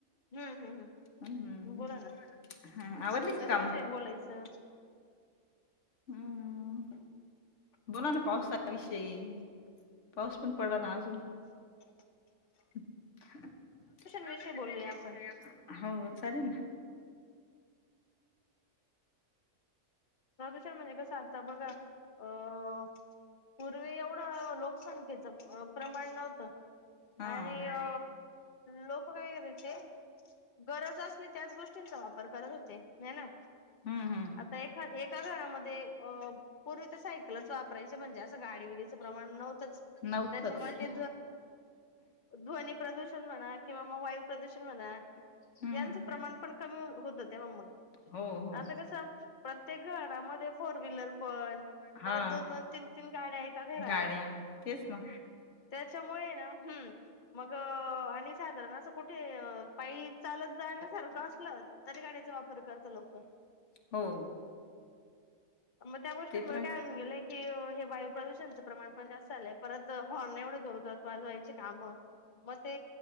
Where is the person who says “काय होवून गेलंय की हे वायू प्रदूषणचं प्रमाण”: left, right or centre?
Left